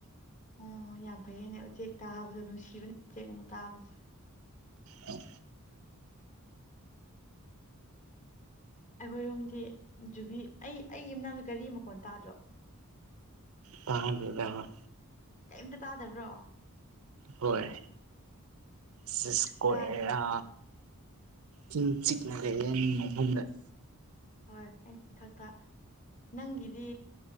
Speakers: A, on the left (about 35°); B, on the right (about 70°).
A: ꯑꯣ ꯌꯥꯝ ꯐꯩꯌꯦꯅꯦ ꯎꯆꯦꯛ ꯇꯥꯕꯗꯣ ꯅꯨꯡꯁꯤꯕꯅꯦ ꯎꯆꯦꯛꯒꯨꯝꯕ ꯇꯥꯕꯁꯨ
B: ꯑ
A: ꯑꯩꯈꯣꯏꯔꯣꯝꯗꯤ ꯖꯨꯕꯤ ꯑꯩ ꯑꯩ ꯏꯅꯥꯗ ꯒꯥꯔꯤ ꯃꯈꯣꯟ ꯇꯥꯗ꯭ꯔꯣ
B: ꯇꯕꯤꯗꯣ
A: ꯀꯩꯝꯇ ꯇꯥꯗꯕ꯭ꯔꯣ
B: ꯍꯣꯏ ꯁꯤꯁꯀꯣ
A: ꯇꯥꯗ
B: ꯑꯦ ꯑ ꯍ ꯆꯤꯛꯅꯒꯦ ꯌꯦ ꯐ
A: ꯍꯣꯏ ꯑꯩꯅ ꯃꯊꯛꯇ ꯅꯪꯒꯤꯗꯤ